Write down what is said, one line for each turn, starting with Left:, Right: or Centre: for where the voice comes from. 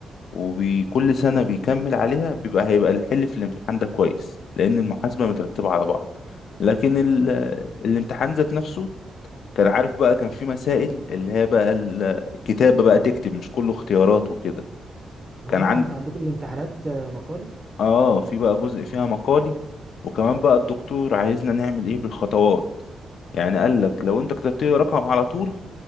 Left: وكل سنة بيكمل عليها بيبقى هيبقى الحل في الامتحان ده كويس لأن المحاسبة مترتبة على بعض لكن ال... الامتحان ذات نفسه كان عارف بقى كان في مسائل اللي هي بقى الكتابة بقى تكتب مش كله اختيارات وكده
Right: اه
Left: كان عند
Right: انت عندكم الامتحانات آه، مقالي
Left: اه في بقى جزء فيها مقالي وكمان بقى الدكتور عايزنا نعمل ايه بالخطوات يعني قال لك لو انت كتبت لي رقم على طول